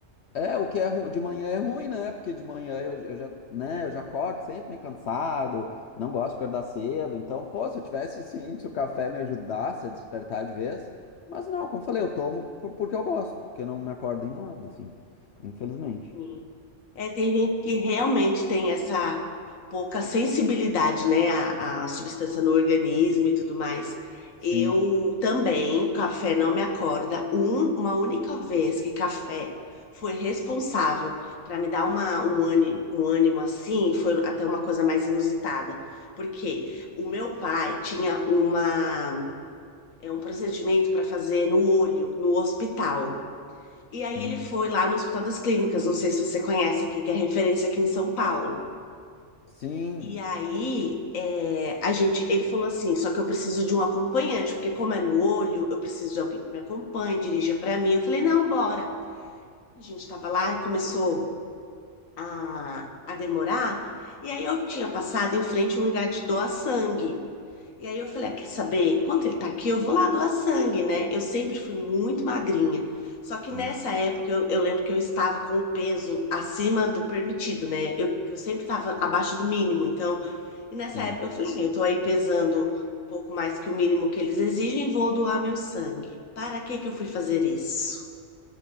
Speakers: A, on the left; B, on the left.
A: é, o que é ru... de manhã é ruim, né? Porque de manhã eu, eu já, né, eu já acordo sempre meio cansado, não gosto de acordar cedo. Então, pô, se eu tivesse assim, se o café me ajudasse a despertar de vez, mas não, como eu falei, eu tomo por- porque eu gosto, porque eu não me acordo em nada, assim, infelizmente.
B: Sim. É, tem gente que realmente tem essa pouca sensibilidade, né, à, à substância no organismo e tudo mais.
A: Sim.
B: Eu também, café não me acorda. Um- uma única vez que café foi responsável para me dar uma, um ânimo, um ânimo assim, foi até uma coisa mais inusitada. Porque o meu pai tinha uma, é um procedimento para fazer no olho, no hospital. E aí
A: Hum.
B: ele foi lá no Hospital das Clínicas, não sei se você conhece aqui, que é referência aqui em São Paulo.
A: Sim.
B: E aí é, a gente, ele falou assim, só que eu preciso de um acompanhante, porque como é no olho, eu preciso de alguém que me acompanhe, dirija para mim. Eu falei, não, bora. A gente tava lá e começou a, a demorar. E aí eu tinha passado em frente a um lugar de doar sangue. E aí eu falei, ah, quer saber? Enquanto ele tá aqui, eu vou lá doar sangue, né? Eu sempre fui muito magrinha. Só que
A: Hum.
B: nessa época eu, eu lembro que eu estava com o peso acima do permitido, né? Eu, eu sempre estava abaixo do mínimo. Então, e nessa
A: Sim.
B: época eu falei, ah, eu tô aí pesando um pouco mais que o mínimo que eles exigem, vou doar meu sangue. Para que que eu fui fazer isso?